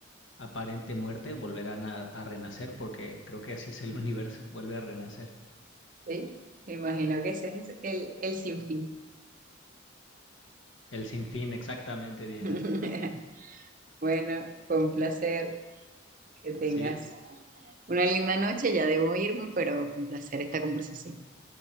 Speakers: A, on the left (about 70°); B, on the right (about 45°).
A: aparente muerte, volverán a, a renacer, porque creo que así es el <laughs> universo, vuelve a renacer.
B: Sí, me imagino que ese es el, el sinfín.
A: El sinfín, exactamente, Diana.
B: <laughs> Bueno, fue un placer que tengas
A: Sí,
B: una linda noche. Ya debo irme, pero fue un placer esta conversación.